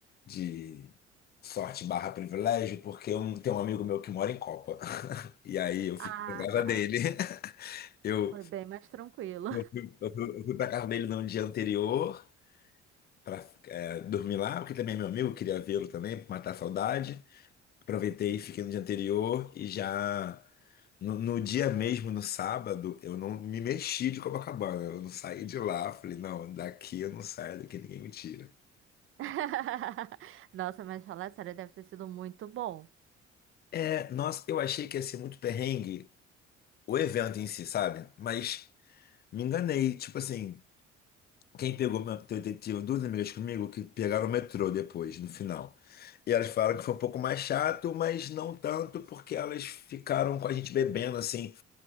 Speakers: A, on the left (about 30°); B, on the right (about 35°).
A: de sorte barra privilégio, porque eu tenho um amigo meu que mora em Copa. <laughs> E aí eu
B: Ah,
A: fiquei na casa dele. <laughs> Eu
B: foi bem mais tranquilo.
A: Eu fui eu fui pra casa dele no dia anterior pra é, dormir lá, porque também é meu amigo, queria vê-lo também, pra matar a saudade. Aproveitei e fiquei no dia anterior e já no, no dia mesmo, no sábado, eu não me mexi de Copacabana, eu não saí de lá. Falei, não, daqui eu não saio, daqui ninguém me tira.
B: <laughs> Nossa, mas falar sério, deve ter sido muito bom.
A: É, nossa, eu achei que ia ser muito perrengue o evento em si, sabe? Mas me enganei, tipo assim. Quem pegou uma detetive, duas amigas comigo, que pegaram o metrô depois, no final. E elas falaram que foi um pouco mais chato, mas não tanto, porque elas ficaram com a gente bebendo, assim,